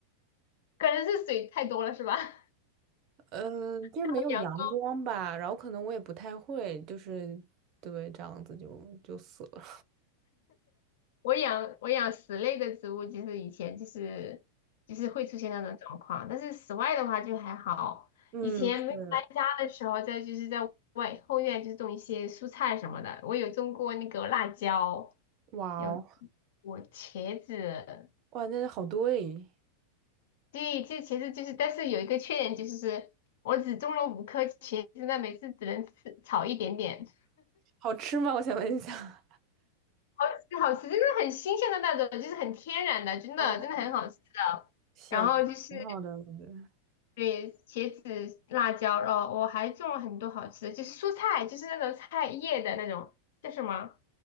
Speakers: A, on the left (about 55°); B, on the right (about 40°).
A: 可能是水太多了是吧？<laughs> 还
B: 嗯，就是没有阳光吧，
A: 有阳光，
B: 然后可能我也不太会，就是对这样子就就死了。
A: 我养我养室内的植物，就是以前就是就是会出现那种状况，但是室外的话就还好。
B: 嗯，
A: 以前没有搬家的时候，
B: 是，
A: 在就是在外后院就种一些蔬菜什么的，我有种过那个辣椒，
B: 哇哦，
A: 有我茄子，
B: 哇，那好多诶，
A: 对，这其实就是，但是有一个缺点就是，我只种了五颗茄子，那每次只能吃炒一点点，
B: 好吃吗？我想问一下。
A: 好吃好吃，真的很新鲜的那种，就是很天然的，真的真的很好吃的。
B: <laughs> 哦，行，
A: 然后就是
B: 挺好的，我觉得。
A: 对茄子、辣椒，哦，我还种了很多好吃的，就是蔬菜，就是那种菜叶的那种叫什么